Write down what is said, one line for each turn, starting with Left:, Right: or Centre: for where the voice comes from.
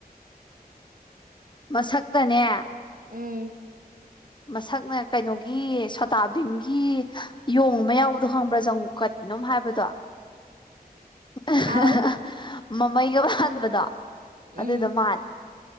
Left: ꯃꯁꯛꯇꯅꯦ
Right: ꯎꯝ
Left: ꯃꯁꯛꯅ ꯀꯩꯅꯣꯒꯤ ꯁꯣꯇꯥꯕꯤꯝꯒꯤ ꯌꯣꯡ ꯑꯃ ꯌꯥꯎꯕꯗꯣ ꯈꯪꯕ꯭ꯔꯥ ꯆꯪ ꯀꯔꯤꯅꯣꯝ ꯍꯥꯏꯕꯗꯣ <unintelligible>
Right: ꯑꯥꯎ
Left: ꯃꯃꯩꯒ ꯄꯥꯟꯕꯗꯣ
Right: ꯎꯝ
Left: ꯑꯗꯨꯗꯣ ꯃꯥꯜꯂꯦ